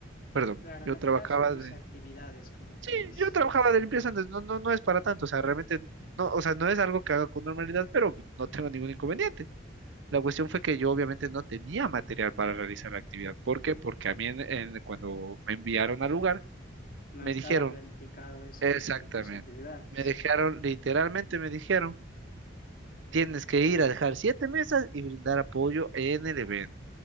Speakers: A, on the right; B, on the left.
A: perdón,
B: Claro,
A: yo
B: al
A: trabajaba
B: final son tus
A: de...
B: actividades, como
A: Sí,
B: quien dice.
A: yo trabajaba de limpieza antes, no, no, no es para tanto. O sea, realmente, no, o sea, no es algo que haga con normalidad, pero no tengo ningún inconveniente. La cuestión fue que yo obviamente no tenía material para realizar la actividad. ¿Por qué? Porque a mí en- en- cuando me enviaron al lugar,
B: No
A: me
B: estaba
A: dijeron
B: planificado eso
A: Exactamente.
B: dentro de tus actividades.
A: Me dejaron, literalmente me dijeron, tienes que ir a dejar siete mesas y brindar apoyo en el evento.